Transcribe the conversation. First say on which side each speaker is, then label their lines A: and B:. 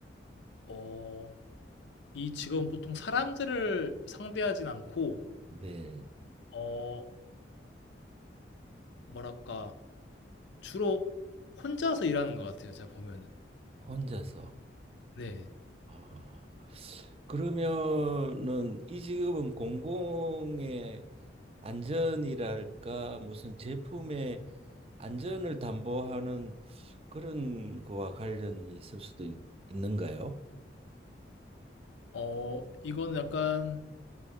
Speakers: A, on the left; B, on the right.
A: 어, 이 직업은 보통 사람들을 상대하진 않고
B: 네,
A: 어, 뭐랄까 주로 혼자서 일하는 것 같아요. 제가 보면은.
B: 혼자서.
A: 네.
B: 아, 그러면은 이 직업은 공공의 안전이랄까 무슨 제품의 안전을 담보하는 그런 거와 관련이 있을 수도 있, 는가요
A: 어, 이건 약간